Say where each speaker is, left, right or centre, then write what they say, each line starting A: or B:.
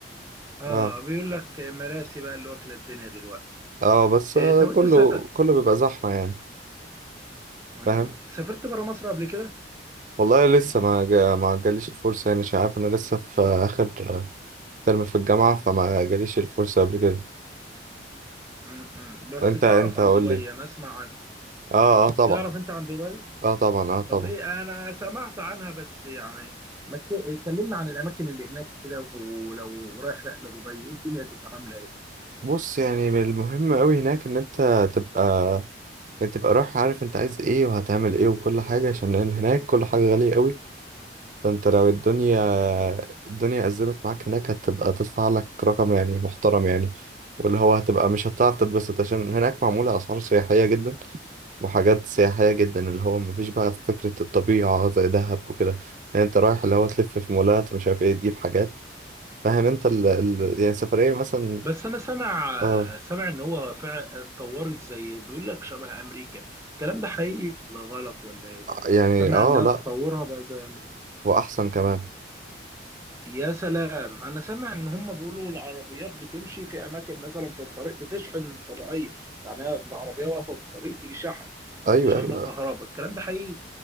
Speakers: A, on the right; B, on the right.
A: اه
B: اه
A: بيقول لك مراسي بقى اللي واكلة الدنيا دلوقتي
B: اه بس آه
A: إيه طب
B: كله
A: انت س...
B: كله بيبقى زحمة يعني
A: مم.
B: فاهم
A: سافرت برا مصر قبل كده
B: والله لسه ما جا ما جاليش الفرصة يعني مش عارف انا لسه في اخر آه، ترم في الجامعة فما جاليش الفرصة قبل كده
A: مم. مم. بس
B: انت
A: تعرف
B: انت
A: عن
B: قول
A: دبي
B: لي
A: انا اسمع عنها
B: اه اه طبعا
A: تعرف انت عن دبي
B: اه طبعا اه طبعا
A: طب ايه انا سمعت عنها بس يعني ما ك... كلمنا عن الاماكن اللي هناك كده ولو رايح رحلة دبي إيه الدنيا تبقى عاملة
B: بص يعني من المهم قوي هناك ان انت تبقى يعني تبقى رايح عارف انت عايز ايه وهتعمل ايه وكل حاجة عشان هناك كل حاجة غالية قوي فانت لو الدنيا الدنيا أزمت معاك هناك هتبقى تدفع لك رقم يعني محترم يعني واللي هو هتبقى مش هتعرف تتبسط عشان هناك معمولة أسعار سياحية جدا وحاجات سياحية جدا اللي هو مفيش بقى فكرة الطبيعة زي دهب وكده يعني انت رايح اللي هو تلف في مولات مش عارف ايه تجيب حاجات فاهم انت ال... ال...
A: ايه
B: يعني سفرية مثلا
A: بس انا سامع
B: اه
A: سامع ان هو فعلا اتطورت زي بيقول لك شبه امريكا الكلام ده حقيقي ولا غلط ولا ايه
B: يعني
A: سامع
B: اه
A: انها
B: لا
A: تطورها بقى زي امريكا
B: وأحسن كمان
A: يا سلام انا سامع ان هم بيقولوا العربيات بتمشي في اماكن مثلا في الطريق بتشحن طبيعيه يعني هي العربيه واقفه في الطريق تيجي شحنه
B: أيوه
A: شحنه
B: أيوه
A: كهرباء الكلام ده حقيقي